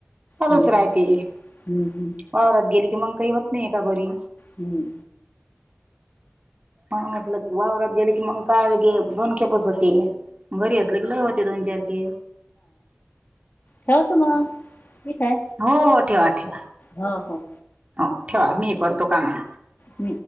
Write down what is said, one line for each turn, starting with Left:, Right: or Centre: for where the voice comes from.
Right: चालूच
Left: हम्म
Right: राहते
Left: हम्म हम्म
Right: वावरात गेली की मग काही होत नाही का बरी.
Left: हम्म.
Right: म म्हलं वावरात गेले की मग काय गे बनखेपच होती. घरी असली किला होते दोन चारखे
Left: ठवत म ठीकय
Right: हो हो ठेवा ठेवा
Left: हा ह.
Right: हो ठेवा मी करतो कामा
Left: हम्म